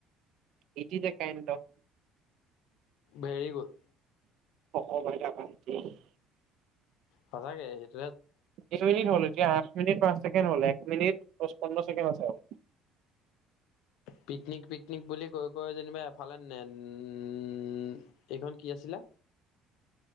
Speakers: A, on the right (about 60°); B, on the left (about 80°).
A: it is a kind of.
B: ভেৰীগুদ।
A: <unintelligible>
B: সঁচাকে সেইটো
A: কেই মিনিট হল এতিয়া আঠ মিনিট পাঁচ ছেকেণ্ড হল এক মিনিট পোন্ধৰ ছেকেণ্ড আছে আৰু।
B: পিকনিক পিকনিক বুলি কৈ কয় কয় যেনিবা এফালে নে উম এইখন কি আছিলে